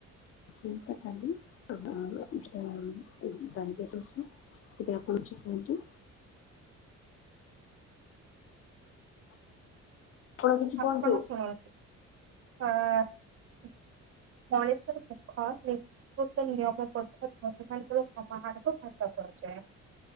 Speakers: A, on the left; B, on the right.
A: ଆସନ୍ତା କାଲି <unintelligible> ତାଲବେସ ଶ୍। ଏବେ ଆପଣ କିଛି କୁହନ୍ତୁ।
B: <inaudible>
A: ଆପଣ କିଛି
B: ଆପଣ
A: କୁହନ୍ତୁ
B: ଶୁଣାନ୍ତୁ ଆଁ। <inaudible> ମଣିଷର ମୂଖ ନିଶୃତ ନିୟମ ପଧତି <unintelligible> ସମାହାରକୁ ଭାଷା କୁହା ଚା।